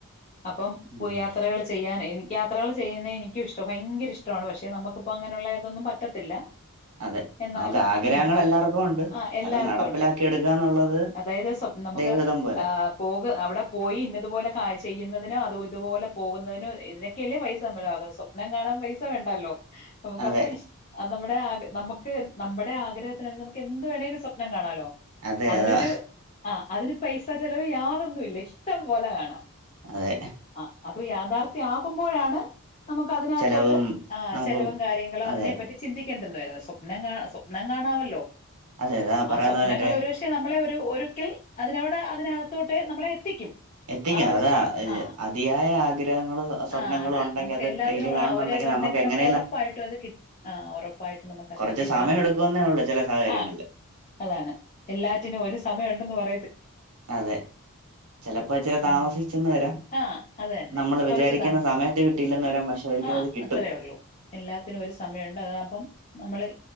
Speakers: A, on the left; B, on the right.
A: അപ്പം
B: ഉം
A: പോയി യാത്രകൾ ചെയ്യാനേ എനി യാത്രകൾ ചെയ്യുന്നത് എനിക്കുംഷ്ട ഭയങ്കര ഇഷ്ടമാണ് പക്ഷെ നമുക്ക് പ്പോ അങ്ങനുള്ള അതൊന്നും പറ്റത്തില്ല
B: അതെ
A: എന്നാലും
B: നമുക്ക് ആഗ്രഹങ്ങൾ
A: ഉം
B: എല്ലാവർക്കും ഉണ്ട്
A: ആ എല്ലാർക്കും
B: അത് നടപ്പിലാക്കി
A: ഉണ്ട്
B: എടുക്കുക എന്നുള്ളത്
A: അതായത് സ്വപ് നമുക്ക്
B: ദൈവഹിതം പോലെ
A: ആഹ് പോക അവിടെ പോയി ഇന്നതുപോലെ ചെയ്യുന്നതിന് അതു ഇതുപോലെ പോകുന്നതിനന് ഇതിനൊക്കെയല്ലേ പൈസ നമ്മല് സ്വപ്നം കാണാൻ പൈസ വേണ്ടല്ലോ നമ്മക്ക്
B: അതെ
A: അപ്പം ഇഷ്ട നമ്മുടെ ആഗ്ര നമുക്ക് നമ്മുടെ ആഗ്രഹത്തിന് നമുക്ക് എന്ത് വേണേലും സ്വപ്നം കാണാലോ
B: അതെ
A: അതിനൊരു
B: അതാ
A: ആഹ് അതിന് പൈസ ചെലവ് യാതൊന്നുല്ല ഇഷ്ടം പോലെ കാണാം
B: അതെ
A: ആ അത് യാഥാർത്ഥ്യ ആകുമ്പോഴാണ് നമുക്ക് അതിനകത്തോട്ട്
B: ചെലവും
A: ആ
B: നമുക്ക്
A: ചെലവും കാര്യങ്ങളും
B: അതെ
A: അതിനെപ്പറ്റി ചിന്തി <unintelligible> സ്വപ്നം സ്വപ്നം കാണാമല്ലോ
B: അതെ അതാ പറയുന്ന
A: ആ സ്വപ്നങ്ങൾ
B: പോലെറ്റെ
A: ഒരുപക്ഷെ നമ്മളെ ഒരുക്കൽ അതിനോടെ അതിനകത്തോട്ട് നമ്മളെ എത്തിക്കും
B: എത്തിക്കുന്നത്
A: ആ ഒരു സ്വപ്നം
B: അത്
A: ആ
B: അതിയായ ആഗ്രഹങ്ങളും സ്വപ്നങ്ങളും
A: ആ അതാ
B: ഉണ്ടെങ്കിൽ
A: നമുക്ക്
B: അത്
A: എല്ലാത്തിനും
B: ഡെയിലി കാണുന്നുണ്ടെങ്കിൽ
A: ആ ഒരു ഇതുണ്ടെങ്കിൽ
B: നമുക്ക് എങ്ങനെ
A: ഉറപ്പായിട്ടും അത് കി ആ ഉറപ്പായിട്ട് നമുക്ക്ത്
B: കുറച്ച്
A: എത്തിപ്പെടാൻ
B: സമയം
A: സാധിക്കും
B: എടുക്കുമെന്നേ ഉള്ളൂ ചില സാഹചര്യങ്ങളില്
A: ആ അതാണ് എല്ലാറ്റിനും ഒരു സമയം ഉണ്ടെന്ന് പറ
B: അതെ ചിലപ്പോ ഇച്ചരി താമസിച്ചന്ന്
A: ഉം
B: വരാം
A: ആഹ് അത് തന്നെ
B: നമ്മൾ വിചാരിക്കുന്ന
A: കൊറച്ചതാ
B: സമയത്ത് കിട്ടിയില്ലെന്ന് വരാം പക്ഷെ ഒരിക്കലത്
A: ആഹ്
B: കിട്ടും
A: അത്രേ ഒള്ളൂ എല്ലാത്തിനും ഒരു സമയമുണ്ട് അത് അപ്പം നമ്മൾ